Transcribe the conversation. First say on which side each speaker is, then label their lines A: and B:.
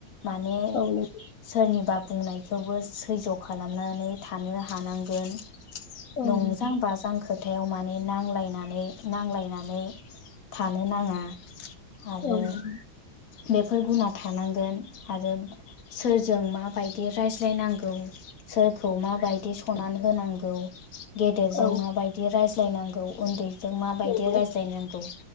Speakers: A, on the left; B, on the left.
A: माने
B: औ नंगौ
A: सोरनिबा बुंनाय थेवबो सैज' खालामनानै थानो हानांगोन
B: औ
A: नंजां
B: नंगौ
A: बाजां खोथायाव मा ने नांलायनानै नांलायनानै थानो नाङा आरो
B: औ नंगौ
A: बेफोर गुना थानांगोन आरो सोरजों माबायदि रायज्लायनांगौ सोरखौ माबायदि सनान होनांगौ गेदेरजों
B: औ
A: माबायदि रायज नायनांगौ उन्दै जों माबायदि
B: नंगौ
A: रायज्लायनांगौ